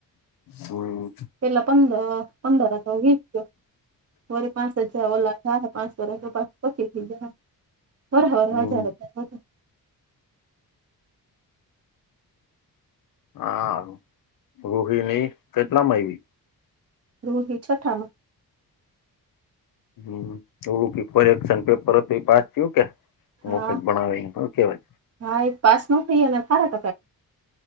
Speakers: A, on the left (about 65°); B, on the right (about 40°).
A: હમ
B: પેલા પંદર પંદરસ વીસ વરી પાંચ હજાર ઓલા પાંચસો પા પકી થઈ જાય. <unintelligible>
A: હમ હા <unintelligible> કેટલામાં આવી.
B: રૂહી છઠામાં.
A: હમ એલું પરેક્શન પેપર હતું એ પાસ થયું કે
B: હા
A: ભણાવ કેવાય.
B: હા એ પાસ ન <unintelligible>